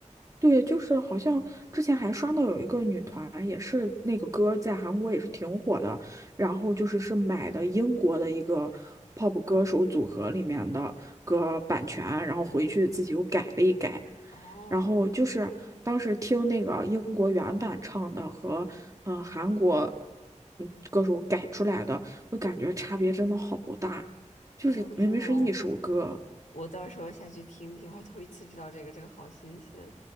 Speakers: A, on the right; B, on the left.
A: 对，就是好像之前还刷到有一个女团，也是那个歌在韩国也是挺火的，然后就是是买的英国的一个 pop 歌手组合里面的歌版权，然后回去自己又改了一改，
B: 嗯，哦。
A: 然后就是当时听那个英国原版唱的和嗯、呃韩国嗯歌手改出来的，就感觉差别真的好大，就是明明是一首歌。
B: 哎呀，我真的我我到时候下去听听，我还头一次知道这个，这个好新鲜。